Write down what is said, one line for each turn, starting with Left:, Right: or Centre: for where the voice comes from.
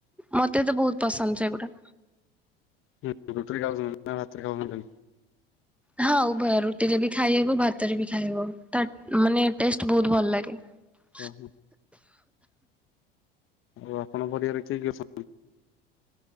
Centre: ମୋତେ ତ ବହୁତ ପସନ୍ଦ ସେ ଗୁଡା।
Left: ହୁଁ ରୁଟିରେ ଖାଉଚନ୍ତି ନା ଭାତରେ ଖାଉଚନ୍ତି?
Centre: ହଁ ଉଭୟ ରୁଟିରେ ବି ଖାଇହବ ଭାତରେ ବି ଖାଇହବ। ତା ମାନେ ଟେଷ୍ଟ ବହୁତ ଭଲ ଲାଗେ। ହ <unintelligible>
Left: ଅହୋ। ଆଉ ଆପଣଙ୍କ ପରିବାରରେ କିଏ କିଏ ଅଛନ୍ତି?